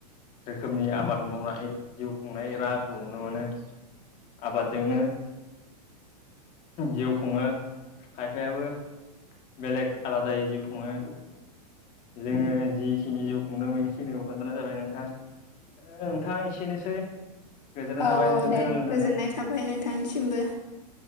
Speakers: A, on the left; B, on the left.
A: रोखोमनि आबाद मावनानै जिउ खुंनाय राहाखौ नुनो मोनो। आबादजोंनो जिउ खुङो खायफायाबो बेलेग आलादायै जिउ खुङो। जोङो जिखिनि जिउ खुंदों बेखिनिखौ खोन्थानाय जाबाय नोंथां। नोंथां एसेनोसै। गोजोननाय
B: औ
A: थाबाय
B: औ
A: नोंथांजों
B: दे
A: रायलायनानै
B: गोजोननाय थाबाय नोंथांनिसिमबो।